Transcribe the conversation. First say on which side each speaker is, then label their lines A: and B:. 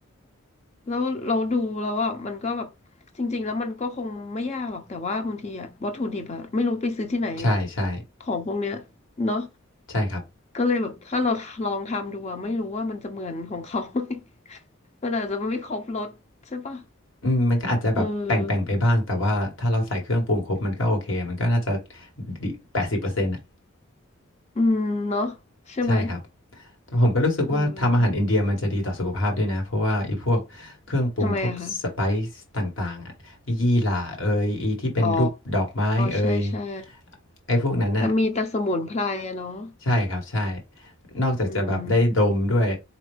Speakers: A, on the left; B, on the left.
A: แล้วเราดูแล้วอ่ะมันก็แบบจริงๆแล้วมันก็คงไม่ยากหรอกแต่ว่าบางทีอ่ะวัตถุดิบอ่ะไม่รู้ไปซื้อที่ไหน
B: ใช่ใช่
A: ของพวกเนี้ยเนาะ
B: ใช่ครับ
A: ก็เลยแบบถ้าเราลองทำดูอะไม่รู้ว่ามันจะเหมือนของเขา <laughs> ไหม <laughs> มันอาจจะไม่ครบรสใช่ปะ
B: อืมมันก็อาจจะแบบแป่งแป่งไปบ้างแต่ว่าถ้าเราใส่เครื่องปรุงครบมันก็โอเคมันก็น่าจะ
A: เออ
B: แปดสิบเปอร์เซ็นต์อ่ะ
A: อืมเนาะใช่ไหม
B: ใช่ครับ ผมก็รู้สึกว่าทำอาหารอินเดียมันจะดีต่อสุขภาพด้วยนะเพราะว่าไอ้พวกเครื่องปรุงพวกสไปซ์ต่างๆอะอียี่หร่าเอยอีที่เป็นรูปดอกไม้เอย
A: เออทำไมอะคะอ๋อใช่ใช่
B: ไอ้พวกนั้นน่ะ
A: มันมีแต่สมุนไพรอะเนาะ
B: ใช่ครับใช่นอกจากจะแบบได้ดมด้วย
A: อืม